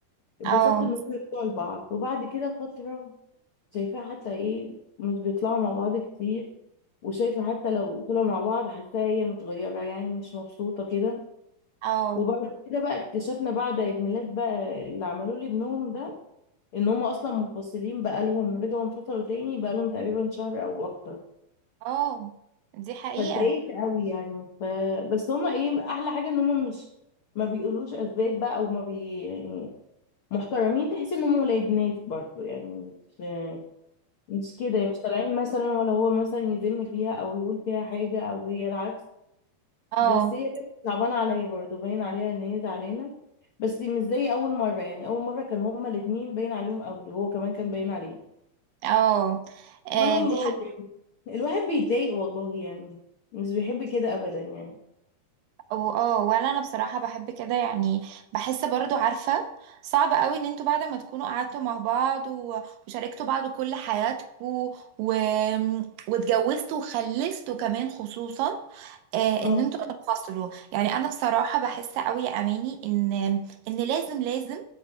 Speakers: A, on the left; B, on the right.
A: اتبسطت
B: اه
A: ان هم رجعوا لبعض وبعد كده فترة شايفاها حتى ايه مش بيطلعوا مع بعض كتير وشايفة حتى لو طلعوا مع بعض حاساها هي متغيرة يعني مش مبسوطة كده
B: اه
A: وبعد كده بقى اكتشفنا بعد عيد ميلاد بقى اللي عملوه لابنهم ده ان هم اصلا منفصلين بقالهم رجعوا انفصلوا تاني بقالهم تقريبا شهر او اكتر
B: اه دي حقيقة
A: فاتضايقت قوي يعني ف... بس هما ايه احلى حاجة ان هما مش ما بيقولوش اسباب بقى او ما بي يعني محترمين تحس ان هم ولاد ناس برضه يعني مش مش كده مش طالعين مثلا ولا هو مثلا يذم فيها او يقول فيها حاجة او هي العكس
B: اه
A: بس هي بنت صعبانة عليا برضه باين عليها ان هي زعلانة بس مش زي اول مرة يعني اول مرة كان هما الاتنين باين عليهم قوي هو كمان كان باين عليه
B: اه آه،
A: سبحان الله
B: دي حاجة
A: يعني الواحد بيتضايق والله يعني مش بيحب كده ابدا يعني
B: أو- اه ولا انا بصراحة بحب كده يعني بحس برضو عارفة صعب قوي ان انتوا بعد ما تكونوا قعدتوا مع بعض و- وشاركتوا بعض كل حياتكم و... واتجوزتوا وخلفتوا كمان خصوصا آه،
A: اه
B: ان انتوا تنفصلوا يعني انا بصراحه بحس قوي يا اماني ان ان لازم لازم